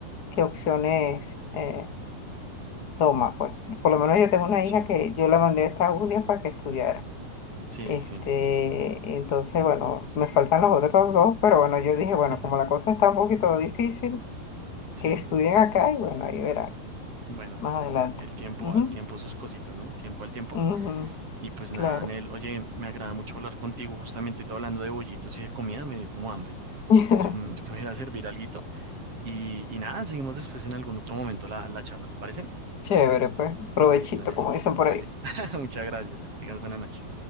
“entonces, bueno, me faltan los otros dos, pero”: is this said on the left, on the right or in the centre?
Left